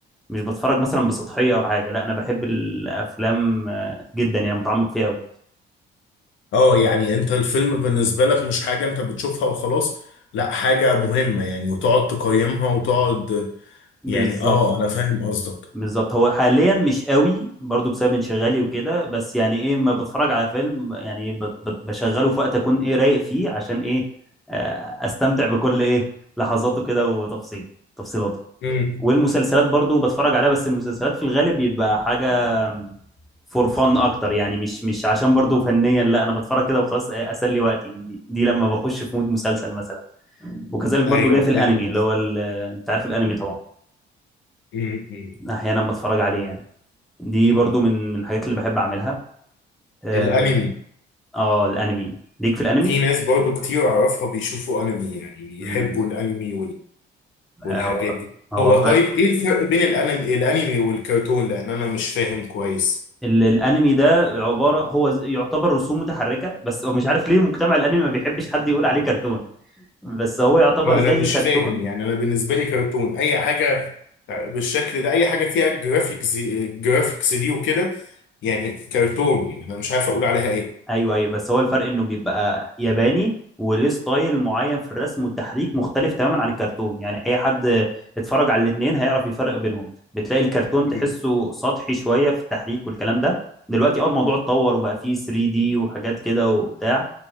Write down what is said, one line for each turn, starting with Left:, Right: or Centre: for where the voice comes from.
Centre: مش بتفرج مثلا بسطحيه او حاجه لا انا بحب الافلام آه، جدا يعني متعمق فيها قوي
Left: اه يعني انت الفيلم بالنسبة لك مش حاجة انت بتشوفها وخلاص لا حاجة مهمة يعني وتقعد تقيمها وتقعد
Centre: بالظبط
Left: يعني اه انا فاهم قصدك
Centre: بالظبط هو حاليا مش قوي برضو بسبب انشغالي وكده بس يعني ايه ما بتفرج على فيلم يعني ب- ب- بشغله في وقت اكون ايه رايق فيه عشان ايه آه، استمتع بكل ايه لحظاته كده وتفصيل تفصيلاته
Left: مم.
Centre: والمسلسلات برضو بتفرج عليها بس المسلسلات في الغالب بيبقى حاجة فور فن اكتر يعني مش مش عشان برضو فنيا لا انا بتفرج كده وخلاص إيه، اسلي وقتي دي, دي لما بخش في مود مسلسل مثلا وكذلك برضو
Left: ايوه
Centre: ليا في الانمي
Left: فاهم
Centre: اللي
Left: قصدك
Centre: هو ال- انت عارف الانمي طبعا
Left: مم. مم.
Centre: احيانا بتفرج عليه يعني دي
Left: مم.
Centre: برضو من من الحاجات اللي بحب اعملها اه
Left: الانمي
Centre: آه، الانمي ليك في الانمي
Left: في ناس برضو كتير اعرفها بيشوفوا انمي يعني بيحبوا
Centre: امم
Left: الانمي والحاجات
Centre: هو
Left: دي
Centre: هو
Left: هو
Centre: ف...
Left: طيب ايه الفرق بين الانمي الانمي والكرتون لان انا مش فاهم كويس
Centre: ال- الانمي ده عباره هو ز- يعتبر رسوم متحركه بس هو مش عارف ليه مجتمع الانمي ما بيحبش حد يقول عليه كرتون بس هو يعتبر
Left: ما
Centre: زي
Left: انا مش
Centre: كرتون
Left: فاهم يعني انا بالنسبه لي كرتون اي حاجه بالشكل ده اي حاجه فيها جرافيكس جرافيكس دي وكده يعني كرتون يعني انا مش عارف اقول عليها ايه
Centre: ايوه ايوه بس هو الفرق انه بيبقى ياباني وليه ستايل معين في الرسم والتحريك مختلف تماما عن الكرتون يعني اي حد اتفرج على الاتنين هيعرف يفرق بينهم بتلاقي الكرتون
Left: مم.
Centre: تحسه سطحي شويه في التحريك والكلام ده دلوقتي اه الموضوع اتطور وبقى فيه 3 دي وحاجات كده وبتاع